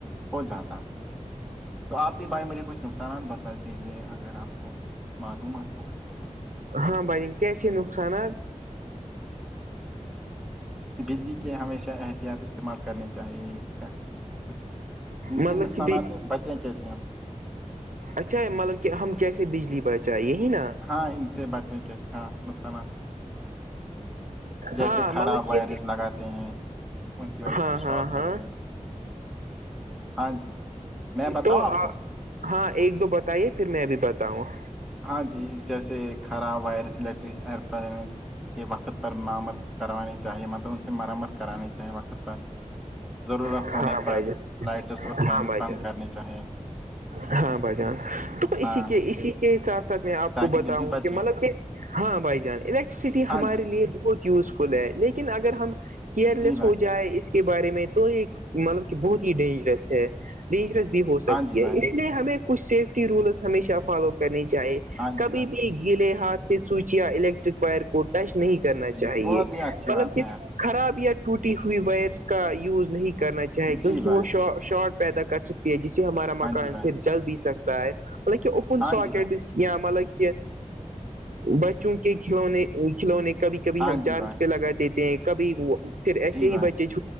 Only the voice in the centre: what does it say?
ہو جاتا ہے تو آپ بھی بھائی مجھے کچھ نقصانات بتا دیجیے اگر آپ کو معلومات ہو اس کے بارے میں
بجلی کے ہمیشہ احتیاط استعمال کرنی چاہیے اس کا کچھ ان
سے نقصانات
سے بچیں کیسے ہم
ہاں ان سے بچیں کیس ہاں نقصانات سے جیسے
خراب
وائرس لگاتے ہیں ان کی وائرس
پ شوق
لگتے
ہیں ہاں جی میں بتاؤں
آپ کو
ہاں جی جیسے خراب وائر الیکٹر ای پر مرمت کروانی چاہیے مطلب ان سے مرمت کرانی چاہیے وقت پر ضرورت
ہونے پر
لائٹس اور فینس
بند
کرنے چاہیے
ہاں
تاکہ
بجلی بچے
ہاں
جی
جی بھائی
ہاں جی بھائی
ہاں
جی بھائی
جی
بہت ہی اچھی
بات
ہے آپ نے
جی بھائی
ہاں
جی بھائی
ہاں
جی بھائی
ہاں
جی بھائی
جی بھائی